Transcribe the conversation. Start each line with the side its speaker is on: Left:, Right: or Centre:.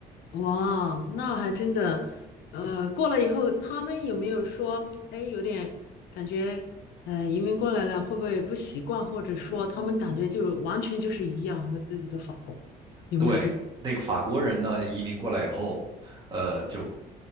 Left: 哇，那还真的，呃，过来以后，他们有没有说，哎，有点感觉，呃，移民过来了会不会不习惯，或者说他们感觉就完全就是一样和自己的法国，有没有这种
Right: 对，那个法国人呢，移民过来以后，呃，就